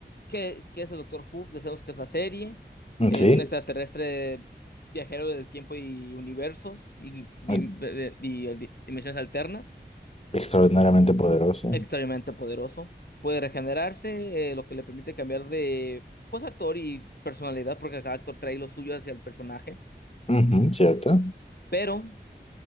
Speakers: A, on the left (about 60°); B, on the left (about 35°).
A: ¿Qué, qué es el Doctor Who? Ya sabemos que es la serie.
B: mm,
A: Es
B: sí,
A: un extraterrestre viajero del tiempo y universos y, di-
B: eh,
A: de- y di- dimensiones alternas.
B: extraordinariamente poderoso.
A: Extremadamente poderoso. Puede regenerarse, eh, lo que le permite cambiar de pues, actor y personalidad, porque cada actor trae lo suyo hacia el personaje.
B: Ujú, ¿cierto?
A: Pero,